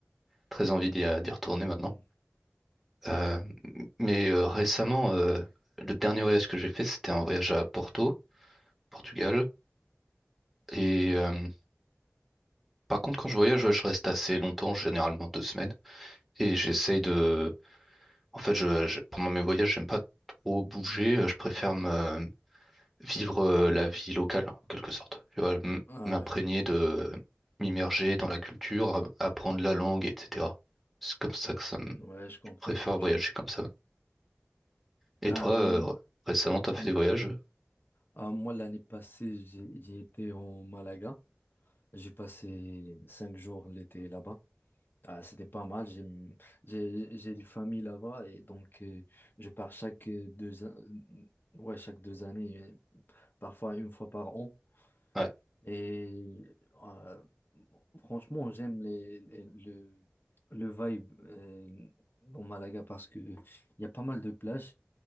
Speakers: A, in the centre; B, on the left (about 50°).
A: Très envie d'y d'y retourner maintenant.
B: Hmm.
A: Euh, mais euh, récemment, euh, le dernier voyage que j'ai fait, c'était un voyage à Porto, Portugal. Et euh, par contre, quand je voyage, ouais, je reste assez longtemps, généralement deux semaines. Et j'essaye de... En fait, je, je- pendant mes voyages, j'aime pas trop bouger, je préfère me vivre euh, la vie locale, en quelque sorte. Tu vois, m-
B: Ah
A: m'imprégner
B: ouais,
A: de m'immerger dans la culture, a- apprendre la langue, etc. C'est comme ça que ça
B: ouais,
A: me... Je
B: je comprends
A: préfère
B: ce que tu
A: voyager
B: dis.
A: comme ça. Et
B: Euh,
A: toi,
B: m-
A: euh, récemment, t'as fait
B: m-
A: des voyages?
B: ah, moi, l'année passée, j'ai j'ai été en Malaga. J'ai passé cinq jours l'été là-bas. Ah, c'était pas mal. J'ai j'ai j'ai une famille là-bas et donc euh, je pars chaque deux an- ouais chaque deux années, euh, parfois une fois par an.
A: Ouais,
B: Et euh, franchement, j'aime les, les- le, le vibe euh, dans Malaga parce que il y a pas mal de plages